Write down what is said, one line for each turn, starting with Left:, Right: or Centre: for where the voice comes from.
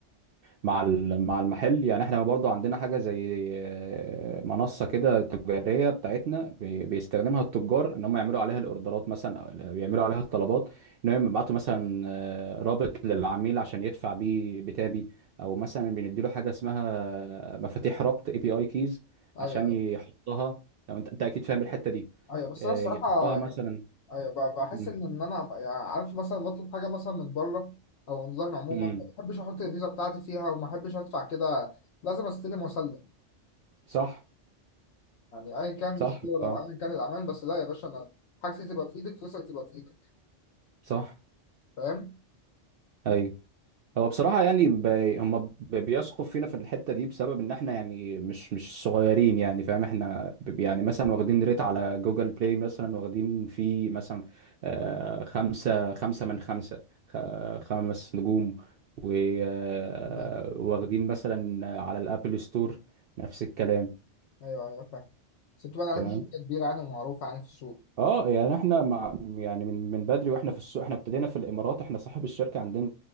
Right: مع ال- مع المحل يعني احنا برضه عندنا حاجه زي آه، منصه كده تجاريه بتاعتنا بي- بيستخدمها التجار ان هم يعملوا عليها الاوردرات مثلا أو بيعملوا عليها الطلبات ان هم يبعتوا مثلا آه، رابط للعميل عشان يدفع بيه بتابي او مثلا بنديله حاجه اسمها مفاتيح ربط اي بي اي كيز
Left: ايوه
Right: عشان
Left: ايوه
Right: يحطها لو انت انت اكيد فاهم الحته دي
Left: ايوه بس
Right: آه،
Left: انا الصراحه
Right: يحطها مثلا
Left: ايوه ب- بحس
Right: مم.
Left: ان ان انا يعني عارف مثلا بطلب حاجه مثلا من بره او اونلاين عموما
Right: مم.
Left: ما بحبش احط الفيزا بتاعتي فيها وما بحبش ادفع كده لازم استلم واسلم
Right: صح
Left: يعني ايا كان
Right: صح
Left: الشغل او
Right: اه
Left: ايا كان الامان بس لا يا باشا انا حاجتي تبقى في ايدك فلوسك تبقى في ايدك
Right: صح
Left: فاهم؟
Right: ايوه هو بصراحة يعني ب... هم ب- بيثقوا فينا في الحتة دي بسبب إن إحنا يعني مش مش صغيرين يعني فاهم إحنا ب... يعني مثلا واخدين ريت على جوجل بلاي مثلا واخدين فيه مثلا آه خمسة خمسة من خمسة خ... خمس نجوم و... آه،
Left: فاهم.
Right: واخدين مثلا على الأبل ستور نفس الكلام
Left: ايوه ايوه فاهم بس تبقى عارف
Right: تمام
Left: شركه كبيره يعني ومعروفه يعني في السوق
Right: اه يعني احنا مع يعني من من بدري واحنا في السوق احنا ابتدينا في الامارات احنا صاحب الشركه عندنا